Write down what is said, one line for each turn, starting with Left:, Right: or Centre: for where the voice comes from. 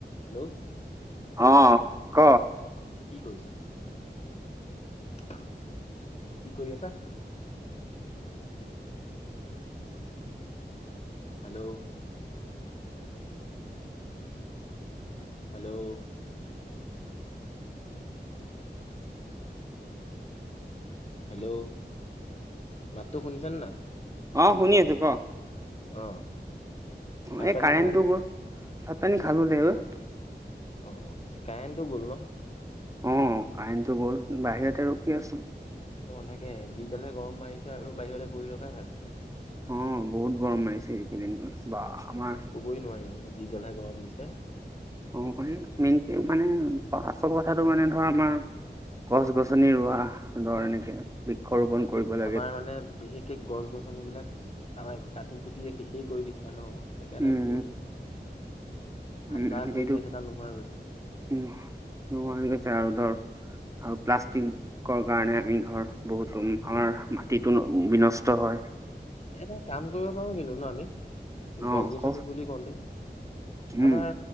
Left: Hello
Right: অ ক
Left: কি কৰিছা, কি কৰি আছা? হেল্ল' হেল্ল' হেল্ল' মাটতো শুনিছা নাই।
Right: অ শুনি আছো ক,
Left: অ
Right: অ
Left: ভাত
Right: এই
Left: পানী
Right: কাৰেণ্টটো
Left: খালা নাই
Right: গল ভাত পানী খালোঁ দেই অই
Left: অ কাৰেন্ট টো গ'ল ন।
Right: অ কাৰেণ্টটো গ'ল বাহিৰতে ৰকি আছো <unintelligible>
Left: থাকে যিডালহে গৰম মাৰিছে আৰু বাহিৰতে পৰি ৰখাই ভাল হৈছে
Right: অ বহুত গৰম মাৰিছে এইকেইদিন বা
Left: বাহ,
Right: আমাৰ
Left: ক'বই নোৱাৰি আৰু যিডালহে গৰম দিছে
Right: অ মেইনক মানে আচল কথাটো মানে ধৰা আমাৰ গছ গছনি ৰোৱা দৰ এনেকে বৃক্ষৰোপন
Left: উ
Right: কৰিব লাগে
Left: আমাৰ মানে বিশেষকে গছ গছনিবিলাক আমাই কাটি কুটিয়ে শেষেই কৰি দিছে ন সেইকাৰণে
Right: উম
Left: বহুত ঠাণ্ডা
Right: উম
Left: পৰিৱেশ
Right: সেইটো
Left: এটা নোহোৱা হৈ গৈছে
Right: হৈ গৈছে আৰু ধৰ আৰু প্লাষ্টিক ক কাৰণে আমি ধৰ বহুতো
Left: উম
Right: আমাৰ মাটিটো
Left: তাকে
Right: বিনষ্ট হয়
Left: এটা কাম কৰিব পাৰো কিন্তু ন আমি
Right: অ
Left: গছ গছনি
Right: ক
Left: বুলি কওঁ দ
Right: উম
Left: আমাৰ